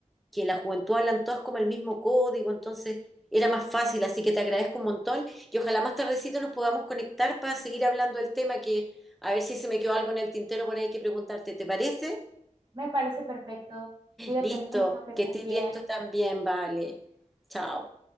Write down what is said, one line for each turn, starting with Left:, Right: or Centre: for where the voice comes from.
Centre: que en la juventud hablan todas como el mismo código, entonces era más fácil, así que te agradezco un montón y ojalá más tardecito nos podamos conectar para seguir hablando del tema que a ver si se me quedó algo en el tintero por ahí que preguntarte, ¿te parece?
Right: Me parece perfecto. Cuídate
Centre: Listo,
Right: mucho, que estés
Centre: que estés
Right: bien.
Centre: bien tú también, vale. Chao.